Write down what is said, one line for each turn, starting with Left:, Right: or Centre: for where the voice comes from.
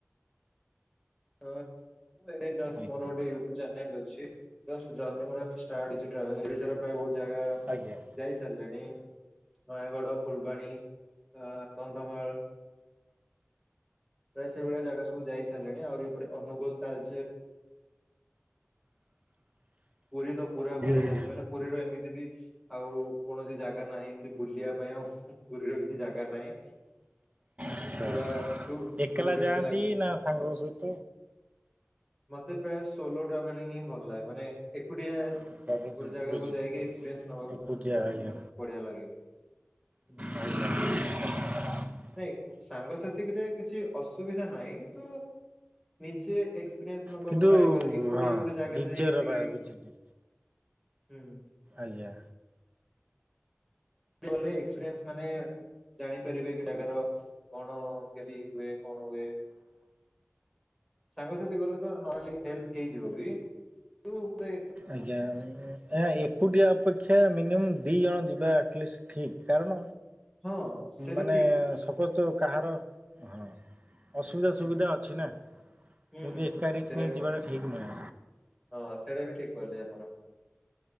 Centre: ହ ମୁଁ ଏବେ ଜଷ୍ଟ
Right: ଆଜ୍ଞା।
Centre: ମୋର ଗୋଟେ ୟୁଟ୍ୟୁବ ଚାନେଲ ଅଛି। ଜଷ୍ଟ ଜର୍ନି ମୋର ଏବେ ଷ୍ଟାର୍ଟ ହୋଇଛି, ଟ୍ରାଭେଲ ଓଡିଶ ପ୍ରାୟ ବହୁତ ଜାଗା
Right: ଆଜ୍ଞା
Centre: ଯାଇ ସାରିଲିଣି। ନୟାଗଡ଼, ଫୁଲବାଣୀ, ଏଁ କନ୍ଧମାଳ ପ୍ରାୟ ସେଇଭଳିଆ ଜାଗା ସବୁ ଯାଇ ସାରିଲିଣି, ଆହୁରି ଏପଟେ ଅନୁଗୁଳ, ତାଲଚେର ପୁରୀ ତ ପୁରା ବୁଲି
Right: ଆଜ୍ଞା।
Centre: ସାରିଛି ମାନେ ପୁରୀର ଏମିତି ବି ଆଉ କୌଣସି ଜାଗା ନାହିଁ, ଏମିତି ବୁଲିବା ପାଇଁ ଆଉ ପୁରୀର କିଛି ଜାଗା ନାହିଁ
Right: ଆଚ୍ଛା
Centre: ପୁରା ଟୁ
Right: ଏକଲା
Centre: ଟୁ ଡେଜ
Right: ଯାଆନ୍ତି
Centre: ଲାଗ୍
Right: ନା ସାଙ୍ଗଙ୍କ ସହିତ?
Centre: ମତେ ପ୍ରାୟ ସୋଲୋ ଟ୍ରାଭେଲିଂ ହିଁ ଭଲ ଲାଗେ ମାନେ ଏକୁଟିଆ,
Right: ଆଚ୍ଛା ବୁଝିଲି
Centre: ଗୋଟେ ଜାଗାକୁ
Right: ବୁଝିଲି
Centre: ଯାଇକି ଏକ୍ସପିରିଏନ୍ସ ନେବାକୁ,
Right: ଏକୁଟିଆ
Centre: ବହୁତ
Right: ଆଜ୍ଞା
Centre: ବଢିଆ ଲାଗେ। <inaudible>
Right: ଆ <inaudible>
Centre: ନାଇଁ ସାଙ୍ଗସାଥିରେ କିଛି ଅସୁବିଧା ନାହିଁ କିନ୍ତୁ ନିଜେ ଏକ୍ସ ଏକ୍ସପିରିଏନ୍ସ ନବାକୁ
Right: କିନ୍ତୁ
Centre: ଟ୍ରାୟେ କରେ, ଏକୁଟିଆ
Right: ହଁ
Centre: ଗୋଟେ ଜାଗାରେ
Right: ନିଜର
Centre: ଯାଇ ଏତିକି
Right: ବା ବୁଝିଲି।
Centre: ହୁଁ
Right: ଆଜ୍ଞା
Centre: ଗଲେ ଏକ୍ସପିରିଏନ୍ସ ମାନେ ଜାଣିପାରିବେ କି ତାଙ୍କର କଣ କେମିତି ହୁଏ କଣ ହୁଏ। ସାଙ୍ଗସାଥି ଗଲେ ତ ନହେଲେ ହେଲ୍ପ ହେଇଯିବ ବି କିନ୍ତୁ ଗୋଟେ
Right: ଆଜ୍ଞା ଏକୁଟିଆ ଅପେକ୍ଷା, ମିନିମମ୍ ଦି ଜଣ ଯିବା ଆଟଲିଷ୍ଟ ଠିକ। କାରଣ
Centre: ହଁ ସେଇଟା
Right: ମାନେ
Centre: ଠିକ
Right: ସପୋଜ କାହାର ହଁ ଅସୁବିଧା
Centre: ହୁଁ
Right: ସୁବିଧା ଅଛି ନା,
Centre: ହୁଁ
Right: ସେମିତି
Centre: ହୁଁ
Right: ଏକାରିସ୍କ
Centre: ହୁଁ ସେଇଟା
Right: ନେଇକି
Centre: ବି
Right: ଯିବାଟା ଠିକ ନୁହେଁ।
Centre: ହଁ ସେଇଟା ବି ଠିକ୍ କହିଲେ ଆପଣ।